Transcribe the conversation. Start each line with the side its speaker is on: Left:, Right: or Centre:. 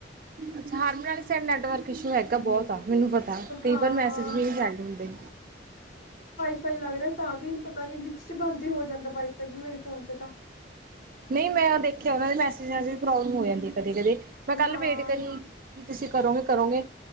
Right: ਅਛਾ ਹਰਮਨੀ ਸਾਈਡ ਨੈਟਵਰਕ ਇਸ਼ੂ ਹੈਗਾ ਬਹੁਤ ਆ ਮੈਨੂੰ ਪਤਾ
Left: ਹਾਂ
Right: ਕਈ ਵਾਰ ਮੈਸੇਜ ਵੀ ਨਹੀਂ ਸੈਂਡ ਹੁੰਦੇ
Left: ਫਾਈ ਲੱਗ ਰਿਹਾ ਤਾਂ ਵੀ ਪਤਾ ਨੀ ਚ ਬੰਦ ਹੀ ਹੋ ਜਾਂਦਾ ਵਾਈਫਾਈ ਵੀ ਮੇਰੇ ਫੋਨ ਚ ਤਾਂ
Right: ਨਹੀਂ ਮੈਂ ਉਹ ਦੇਖਿਆ ਉਹਨਾਂ ਦੇ ਮੈਸੇਜ ਪ੍ਰੋਬਲਮ ਹੋ ਜਾਂਦੇ ਕਦੇ ਕਦੇ ਮੈਂ ਕੱਲ
Left: ਹਾਂ
Right: ਵੇਟ ਕਰੀ ਤੁਸੀਂ ਕਰੋਗੇ ਕਰੋਂਗੇ